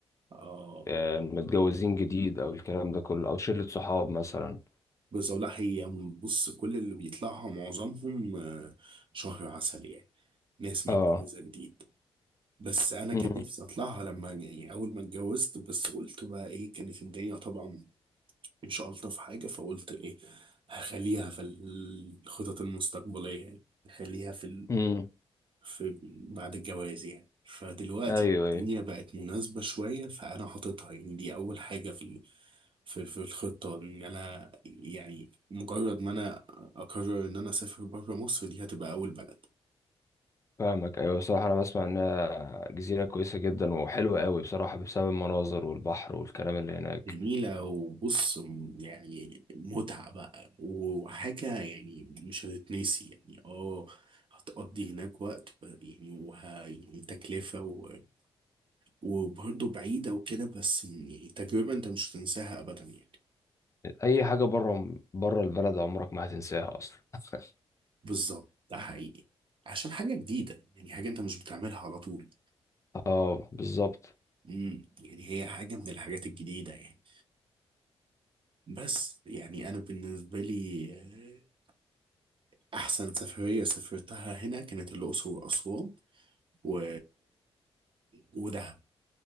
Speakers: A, on the right; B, on the left.
A: اه
B: آه، متجوزين جديد أو الكلام ده كله أو شلة صحاب مثلا
A: بس أقول لك هي بص كل اللي بيطلعها معظمهم آه، شهر عسل يعني ناس متجوزة
B: آه
A: جديد بس انا
B: مم.
A: كان نفسي اطلعها لما يعني اول ما اتجوزت بس قلت بقى ايه كانت الدنيا طبعا مش الطف حاجة فقلت ايه هخليها في الخطط المستقبلية يعني هخليها في
B: مم.
A: في بعد الجواز يعني فدلوقتي
B: أيوه أيوه
A: الدنيا بقت مناسبة شوية فأنا حاططها يعني دي أول حاجة في ال- في في الخطة إن أنا يعني مجرد ما أنا أقرر إن أنا أسافر بره مصر دي هتبقى أول بلد
B: فاهمك ايوه بصراحه انا بسمع انها جزيره كويسه جدا وحلوه قوي بصراحه بسبب المناظر والبحر والكلام اللي هناك
A: جميلة وبص م- يعني متعة بقى وحاجة يعني مش هتتنسي يعني اه هتقضي هناك وقت ب- يعني وه... يعني تكلفة و... وبرضه بعيدة وكده بس يعني تجربة أنت مش هتنساها أبدا يعني
B: اي حاجه بره بره البلد عمرك ما هتنساها اصلا <laughs>
A: بالظبط ده حقيقي عشان حاجة جديدة يعني حاجة انت مش بتعملها على طول
B: اه بالظبط
A: امم يعني هي حاجة من الحاجات الجديدة يعني بس يعني انا بالنسبة لي آه، احسن سفرية سافرتها هنا كانت الاقصر واسوان و... ودهب